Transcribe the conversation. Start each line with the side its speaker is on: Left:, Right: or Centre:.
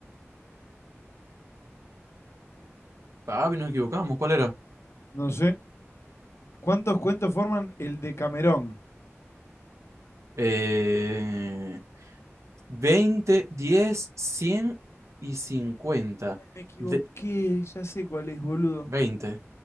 Right: Ah, bien, nos equivocamos. ¿Cuál era?
Left: No sé. ¿Cuántos cuentos forman el de Camerón?
Right: Eh, 20, 10, 100 y 50.
Left: Me equivoqué,
Right: De
Left: ya sé cuál es, boludo.
Right: 20.